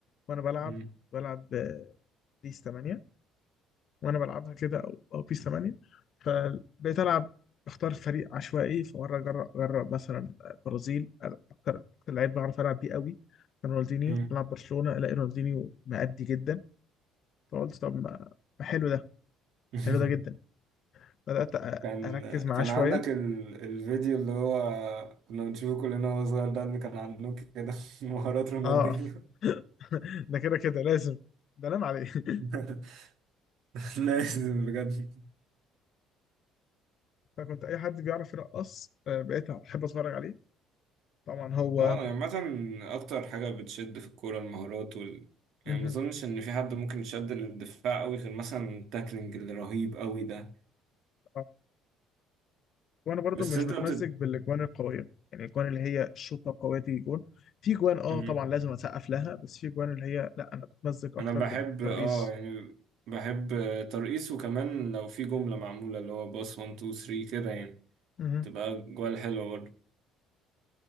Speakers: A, on the left; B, on the right.
A: وانا بلعب
B: مم.
A: بلعب آه، بيس 8 وانا بلعبها كده او او بيس 8 فبقيت العب بختار فريق عشوائي فمره اجرب اجرب مثلا برازيل اكتر اكتر لعيب بعرف العب بيه قوي كان رونالدينيو
B: مم.
A: بلعب برشلونه الاقي رونالدينيو مأدي جدا فقلت طب ما ما حلو ده
B: <laughs>
A: حلو ده جدا بدأت أ-
B: كان
A: اركز
B: كان
A: معاه شويه
B: عندك ال... الفيديو اللي هو كنا بنشوفه كلنا وهو صغير ده اللي كان عنده كده <laughs> مهارات رونالدينيو
A: اه <laughs> ده كده كده لازم ده نام عليه <laughs>
B: <laughs> لازم بجد
A: فكنت اي حد بيعرف يرقص آه، بقيت احب اتفرج عليه طبعا هو
B: اه يعني عامة أكتر حاجة بتشد في الكورة المهارات وال...
A: مهم.
B: يعني ما أظنش إن في حد ممكن يشد للدفاع أوي غير مثلا التاكلينج الرهيب أوي ده
A: آه. وانا برضو
B: بس
A: مش
B: أنت
A: بتمزج
B: بت
A: بالاجوان القويه يعني الاجوان اللي هي الشوطه قويه تيجي جون في جوان اه
B: مم.
A: طبعا لازم اسقف لها بس في جوان اللي هي لا انا بتمزج اكتر
B: أنا بحب
A: بالترقيص
B: اه يعني بحب ترقيص وكمان لو في جملة معمولة اللي هو باص 1 2 3 كده يعني
A: مهم.
B: تبقى جوال حلوة برضه